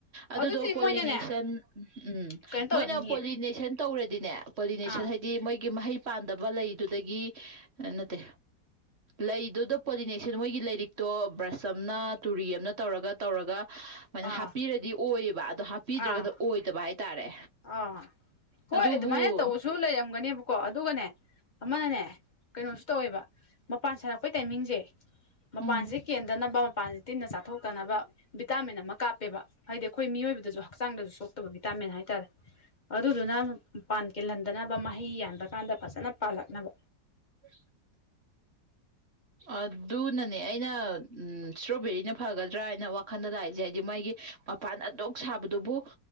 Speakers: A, on the right; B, on the left.
A: ꯑꯗꯨꯗꯣ
B: ꯑꯗꯨꯗꯤ
A: ꯄꯣꯂꯤꯅꯦꯁꯟ
B: ꯃꯣꯏꯅꯅꯦ
A: ꯎꯝ
B: ꯀꯩꯅꯣ ꯇꯧꯔꯝꯅꯤꯌꯦ
A: ꯃꯣꯏꯅ ꯄꯣꯂꯤꯅꯦꯁꯟ ꯇꯧꯔꯗꯤꯅꯦ ꯄꯣꯂꯤꯅꯦꯁꯟ
B: ꯑꯥ
A: ꯍꯥꯏꯗꯤ ꯗꯤ ꯃꯣꯏꯒꯤ ꯃꯍꯩ ꯄꯥꯟꯗꯕ ꯂꯩꯗꯨꯗꯒꯤ ꯅꯠꯇꯦ ꯂꯩꯗꯨꯗ ꯄꯣꯂꯤꯅꯦꯦꯛꯁꯦ ꯃꯣꯏꯒꯤ ꯂꯥꯏꯔꯤꯛꯇꯣ ꯕ꯭ꯔꯁ ꯑꯃꯅ ꯇꯨꯔꯤ ꯑꯃꯅ ꯇꯧꯔꯒ ꯇꯧꯔꯒ ꯁꯨꯃꯥꯏꯅ
B: ꯑꯥ
A: ꯍꯥꯞꯄꯤꯔꯗꯤ ꯑꯣꯏꯌꯦꯕ ꯑꯗꯣ ꯄꯤꯗ꯭ꯔꯒꯅ
B: ꯑꯥ
A: ꯑꯣꯏꯗꯕ ꯍꯥꯏꯇꯥꯔꯦ
B: ꯑꯥ
A: ꯑꯗꯨꯕꯨ
B: ꯍꯣꯏ ꯑꯗꯨꯃꯥꯏꯅ ꯇꯧꯕꯁꯨ ꯂꯩꯔꯝꯒꯅꯦꯕꯀꯣ ꯑꯗꯨꯒꯅꯦ ꯑꯃꯅꯅꯦ ꯀꯩꯅꯣꯁꯨ ꯇꯧꯋꯦꯕ ꯃꯄꯥꯟ ꯁꯥꯔꯛꯄꯩ ꯇꯥꯏꯃꯤꯡꯁꯦ ꯃꯄꯥꯟꯁꯦ
A: ꯎꯝ
B: ꯀꯦꯟꯗꯅꯕ ꯃꯄꯥꯟꯁꯦ ꯇꯤꯟꯅ ꯆꯥꯊꯣꯛꯇꯅꯕ ꯚꯤꯇꯥꯃꯤꯟ ꯑꯃ ꯀꯥꯞꯄꯦꯕ ꯍꯥꯏꯗꯤ ꯑꯩꯈꯣꯏ ꯃꯤꯑꯣꯏꯕꯗꯁꯨ ꯍꯛꯆꯥꯡꯗꯁꯨ ꯁꯣꯛꯇꯕ ꯚꯤꯇꯥꯃꯤꯟ ꯍꯥꯏꯇꯥꯔꯦ ꯑꯗꯨꯗꯨꯅ ꯃꯄꯥꯟ ꯀꯦꯜꯍꯟꯗꯅꯕ ꯃꯍꯩ ꯌꯥꯟꯕ ꯀꯥꯟꯗ ꯐꯖꯅ ꯄꯥꯜꯂꯛꯅꯕ
A: <inaudible> ꯑꯗꯨꯅꯅꯦ ꯑꯩꯅ ꯎ ꯏꯁꯇ꯭ꯔꯣꯕꯦꯔꯤꯅ ꯐꯒꯗ꯭ꯔꯥ ꯍꯥꯏꯅ ꯈꯟꯅꯗ ꯍꯥꯏꯁꯦ ꯍꯥꯏꯗꯤ ꯃꯥꯒꯤ ꯃꯄꯥꯟ ꯑꯗꯨꯣꯛ ꯁꯥꯕꯗꯨꯕꯨ